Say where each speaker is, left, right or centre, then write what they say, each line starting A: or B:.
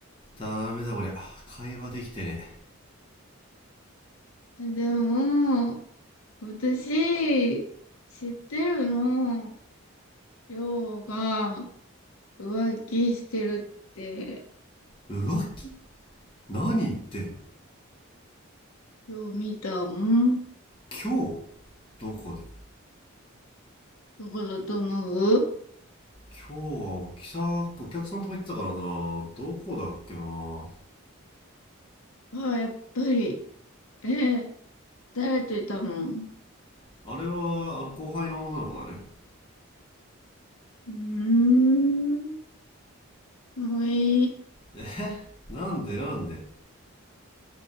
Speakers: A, on the left (about 25°); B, on the left (about 75°).
A: ダメだこりゃ。会話できてね
B: でも、私、知ってるの。りょうが浮気してるって、
A: え。浮気何言ってんの
B: よう見たもん。
A: 今日どこで
B: どこだと思う
A: 今日はおきさ、お客さんとか行ってたからな。どこだっけな。
B: ああー、やっぱり。ええ、誰といたのう
A: あれは、あの後輩の女の子だね。
B: ーん。もういい。
A: えなんでなんで